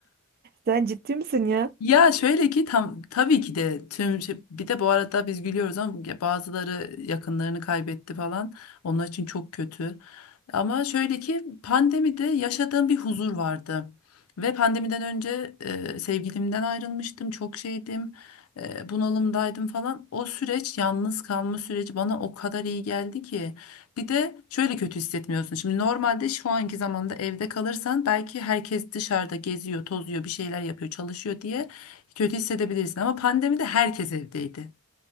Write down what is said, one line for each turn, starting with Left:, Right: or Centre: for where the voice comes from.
Right: Sen ciddi misin ya?
Left: Ya şöyle ki tam tabii ki de tüm şey- bir de bu arada biz gülüyoruz ama ya bazıları yakınlarını kaybetti falan. Onlar için çok kötü. Ama şöyle ki pandemide yaşadığım bir huzur vardı. Ve pandemiden önce e, sevgilimden ayrılmıştım, çok şeydim, e, bunalımdaydım falan. O süreç, yalnız kalma süreci bana o kadar iyi geldi ki. Bir de şöyle kötü hissetmiyorsun. Şimdi normalde şu anki zamanda evde kalırsan belki herkes dışarıda geziyor, tozuyor, bir şeyler yapıyor, çalışıyor diye kötü hissedebilirsin. Ama pandemide herkes evdeydi.